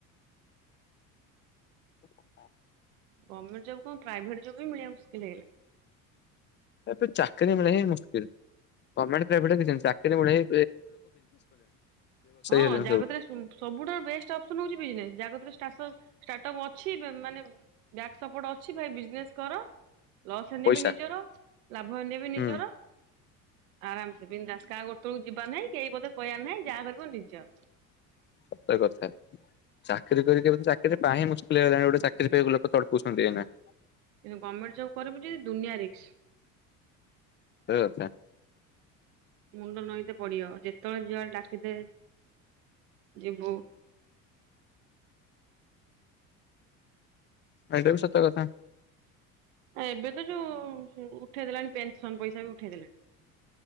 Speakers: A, on the left; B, on the right.
A: <unintelligible>
B: ଗଭର୍ଣ୍ଣମେଣ୍ଟ ଜବ୍ କଣ ପ୍ରାଇଭେଟ ଜବ୍ ବି ମିଳିବା ମୁସ୍କିଲ ହେଇଗଲା।
A: ଏ ଚାକିରିୀ ମିଳେ ହଁ ମୁସ୍କ ଗର୍ଣ୍ଣମେଣ୍ଟ ପ୍ରଭେଟଛନ୍ତି ଚାକିରିୀ ମିଳେଁ।
B: ହଁ
A: ହେଲେଣି
B: ଜାଗତରେ
A: ସବୁ
B: ସବୁଠାରୁ ବେଷ୍ଟ ଅପସନ ହଉଛି ବିଜନେସ୍ ଜାଗତରୋର୍ପ୍ ଅଛି। ମାନେ ବାକସପୋର୍ଟ ଅଛି ଭାଇ ବିଜନେସ କର। ଲସ୍ ହେନେ
A: ପଇସା
B: ବି ନିଜର ଲାଭ ଏନେବ ନିଜର
A: ହୁଁ
B: ଆରାମସ ବିନ୍ଧାସ କା ଗୋଟେ କେକୁ ଯିବା ନାାଇଁ। ଏଇ ପଦ କହିବାର ନାହିଁ ଯାହା କରିବ ନିର୍ଜ।
A: ସତ କଥା। ଚାକିରି କରିକି ବ ଚାକିରି ପା ହଁ ମୁସ୍କିଲ ହେଇଲାଣି ଗୋଟେ ଚାକିରିକ ଲୋକ ତଡୁଛନ୍ତିଇନା।
B: କିନ୍ତୁ ଗଭର୍ଣ୍ଣମେଣ୍ଟ ଜବ୍ କରିବୁ ଯଦ ଦୁନିଆ ରିକ୍ସ।
A: ସେଥା <inaudible>
B: ମୁଣ୍ଡ ନଈତେ ପଡିବ ଯେତେବେଳେ ଯିବା ଡାକିଦେ ଯିବୁ।
A: ଏଇଟା ବି ସତା କଥା।
B: ଆ ଏବେ ତ ଯୋଉ ଉଠେଇ ଦେଲାଣି ପେନସନ ପଇସା ବି ଉଠେଇ ଦେଲାଣି।